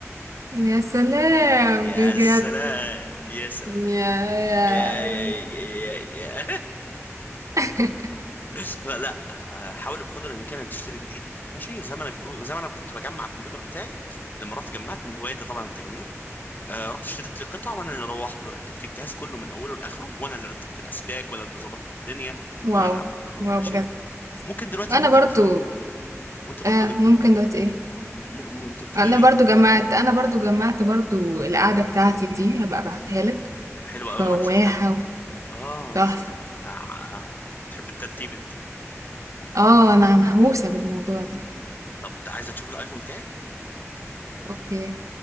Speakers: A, on the right; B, on the left.
A: يا سلام
B: يا
A: بجد!
B: سلام يا سلام اكيد
A: يا
B: يا يا
A: <laughs>
B: يا يا
A: يا
B: <laughs> لا حاول بقدر الامكان انك تشتري جديد ماشي زمن الكرو... زمن ما انا كنت بجمع الكمبيوتر بتاعي لما رحت جمعت من هوايتي طبعا التجميع آه، رحت اشتريت لي قطع وانا اللي روحت وركبت الجهاز كله من اوله لاخره وانا اللي رتبت الاسلاك وانا اللي ظبطت الدنيا وانا
A: واو!
B: اللي عملت ماشي
A: واو بجد.
B: ممكن دلوقتي
A: أنا
B: ممكن
A: برضه
B: ت... وانت برضو
A: آه،
B: ايه
A: ممكن دلوقتي إيه،
B: م... م... انت بتقولي
A: أنا
B: ايه
A: برضه جمّعت أنا برضه جمّعت برضه القعدة بتاعتي دي، هابقى أبعتها لك،
B: حلوه
A: فواحة
B: قوي ما انا شفتها اه انا
A: وتحفة.
B: شفتها آه، آه، آه، بتحب الترتيب انت
A: آه، أنا مهووسة بالموضوع ده،
B: طب عايزه تشوف الايفون بتاعي
A: أوكي.